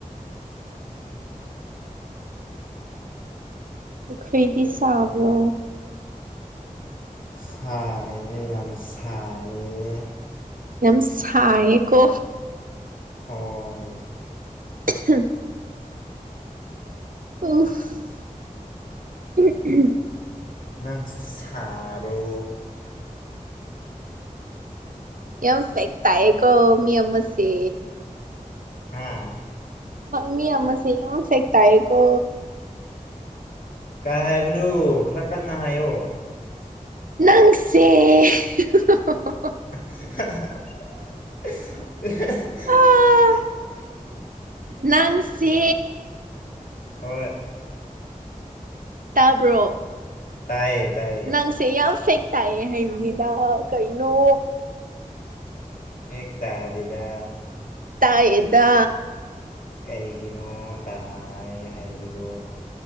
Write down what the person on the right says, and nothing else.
ꯄꯨꯈ꯭ꯔꯤꯗꯤ ꯁꯥꯕ꯭ꯔꯣ
ꯌꯥꯝ ꯁꯥꯏꯌꯦꯀꯣ
ꯑꯍꯝ ꯎꯨꯐ ꯎꯝ ꯎꯝ
ꯌꯥꯝ ꯐꯦꯛ ꯇꯥꯏꯌꯦꯀꯣ ꯃꯤ ꯑꯃꯁꯦ
ꯍꯪ ꯃꯤ ꯑꯃꯁꯦ ꯌꯥꯝ ꯐꯦꯛ ꯇꯥꯏꯌꯦꯀꯣ
ꯅꯪꯁꯦ <unintelligible>
ꯑꯥ ꯅꯪꯁꯦ
ꯇꯥꯕ꯭ꯔꯣ
ꯅꯪꯁꯦ ꯌꯥꯝ ꯐꯦꯛ ꯇꯥꯏꯌꯦ ꯍꯥꯏꯕꯅꯤꯗ ꯀꯩꯅꯣ
ꯇꯥꯏꯌꯦꯗ